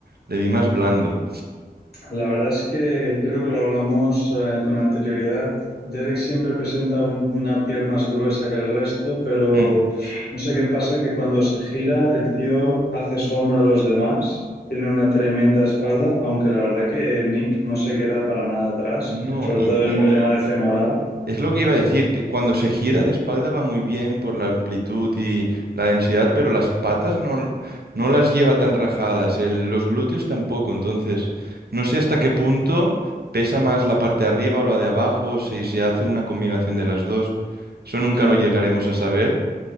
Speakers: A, on the right; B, on the left.
A: Le vi más blando.
B: La verdad es que creo que lo hablamos eh, con anterioridad. Derek siempre presenta una piel más gruesa que el resto, pero
A: Mm,
B: no sé qué pasa, que cuando se gira el tío hace sombra a los demás, tiene una tremenda espalda, aunque la verdad que Nick no se queda para nada atrás,
A: No,
B: sobre
A: y,
B: todo
A: y
B: en el tema de femoral.
A: Es lo que iba a decir, que cuando se gira de espalda va muy bien por la amplitud y la densidad, pero las patas no, no las lleva tan rajadas, el- los glúteos tampoco, entonces no sé hasta qué punto pesa más la parte de arriba o la de abajo, o si se hace una combinación de las dos, eso nunca
B: Ya.
A: lo llegaremos a saber,